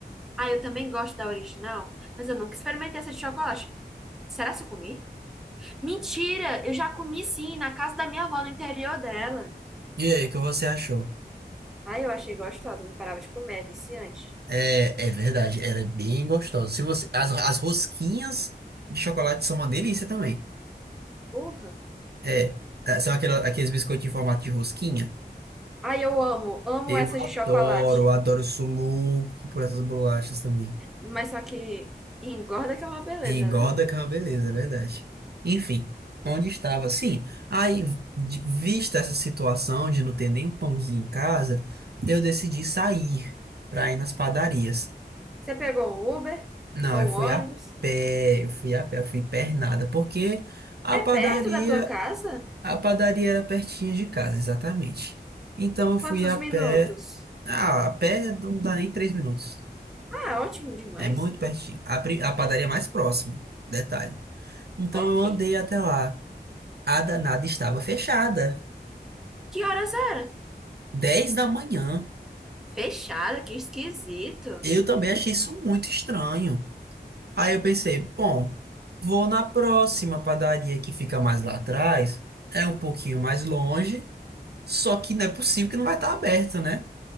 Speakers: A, in the centre; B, on the right (about 65°).
A: Ah, eu também gosto da original, mas eu nunca experimentei essa de chocolate. Será que eu comi? Mentira! Eu já comi sim, na casa da minha avó, no interior dela.
B: E aí, o que você achou?
A: Ai, eu achei gostosa, não parava de comer, é viciante.
B: É, é verdade, ela é bem gostosa. Se você, as, as rosquinhas de chocolate são uma delícia também.
A: Porra!
B: É, é, são aquela- aqueles biscoitinhos em formato de rosquinha.
A: Ai, eu amo, amo
B: Eu
A: essas de
B: adoro,
A: chocolate.
B: adoro, eu sou louco por essas bolachas também.
A: Mas só que engorda que é uma beleza,
B: E engorda
A: né?
B: que é uma beleza, é verdade. Enfim, onde estava? Sim, aí, de- vista essa situação de não ter nem um pãozinho em casa, eu decidi sair para ir nas padarias.
A: Você pegou um Uber
B: Não,
A: ou
B: eu fui
A: um ônibus?
B: a pé, eu fui a pé, eu fui pernada, porque a
A: É
B: padaria,
A: perto da tua casa?
B: a padaria era pertinho de casa, exatamente. Então eu
A: Quantos
B: fui a pé,
A: minutos?
B: ah, a pé não dá nem três minutos.
A: Ah, ótimo demais.
B: É muito pertinho. A, pri- a padaria mais próxima. Detalhe. Então
A: Ok.
B: eu andei até lá. A danada estava fechada.
A: Que horas era?
B: 10 da manhã.
A: Fechada, que esquisito.
B: Eu também achei isso muito estranho. Aí eu pensei, bom, vou na próxima padaria que fica mais lá atrás. É um pouquinho mais longe. Só que não é possível que não vai estar aberta, né?